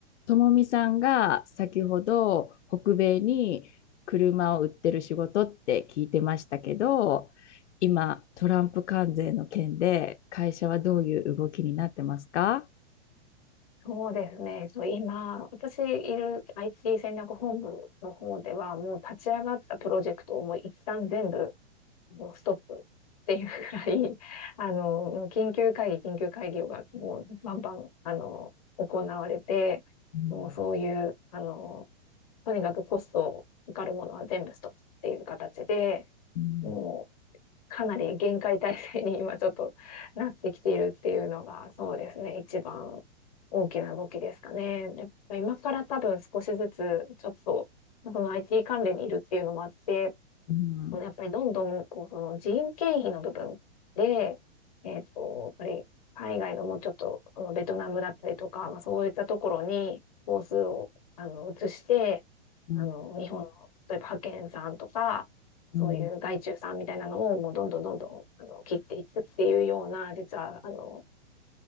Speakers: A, on the left (about 85°); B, on the left (about 35°).
A: ともみさんが先ほど北米に車を売ってる仕事って聞いてましたけど、今トランプ関税の件で会社はどういう動きになってますか
B: そうですね。そう、今、私いる IT 戦略本部の方では、もう立ち上がったプロジェクトをもう一旦全部もうストップっていうくらい、<laughs> あの、もう緊急会議、緊急会議がもうバンバン、あの、行われて、
A: うん
B: もうそういう、あの、とにかくコストかかるものは全部ストップっていう形で、
A: うん
B: もうかなり厳戒態勢に今ちょっとなってきているっていうのが、そうですね、一番大きな動きですかね。やっぱ今から多分少しずつ、ちょっと、その IT 関連にいるっていうのもあって、
A: うん
B: このやっぱりどんどん、こう、その人件費の部分で、えっと、やっぱり海外のもうちょっと、このベトナムだったりとか、まあそういったところに、工数を、あの、移して、
A: うん
B: あの、日本の、例えば派遣さんとか、
A: うん
B: そういう外注さんみたいなのをもうどんどんどんどん、あの、切っていくっていうような、実は、あの、